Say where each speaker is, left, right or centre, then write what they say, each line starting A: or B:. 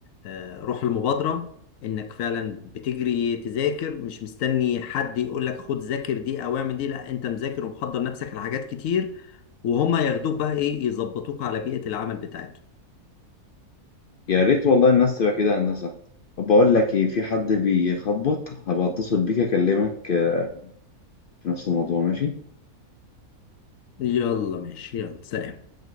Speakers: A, on the left (about 65°); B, on the left (about 85°).
A: آه، روح المبادرة انك فعلا بتجري تذاكر مش مستني حد يقول لك خد ذاكر دي او اعمل دي لا انت مذاكر ومحضر نفسك لحاجات كتير وهما ياخدوك بقى ايه يظبطوك على بيئة العمل بتاعتهم
B: يا ريت والله الناس تبقى كده هندسه طب بقول لك ايه في حد بيخبط هبقى اتصل بيك اكلمك آه، في نفس الموضوع ماشي
A: يلا ماشي يلا سلام